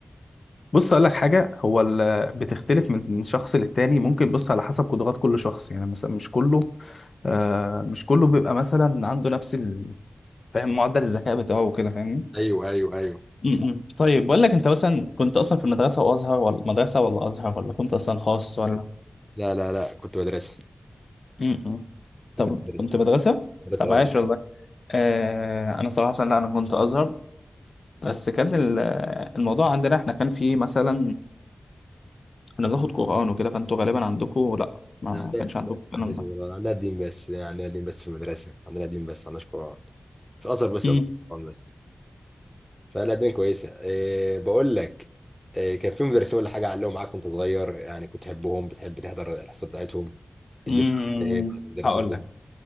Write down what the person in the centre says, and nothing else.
أيوه أيوه أيوه
صح
لا لا لا كنت مدرسي
كنت مدرسي
مدرسة
اه
لا
ما
عندناش
قرآن عندنا دين بس يعني عندنا دين بس في المدرسة عندنا دين بس ما عندناش قرآن في الأزهر بس
أزهر قرآن بس فلا دين كويسة إيه بقول لك إيه كان في مدرسين ولا حاجة علقوا معاك وأنت صغير يعني كنت تحبهم بتحب تحضر الحصة بتاعتهم
الدين معاك في إيه مع المدرسين
دول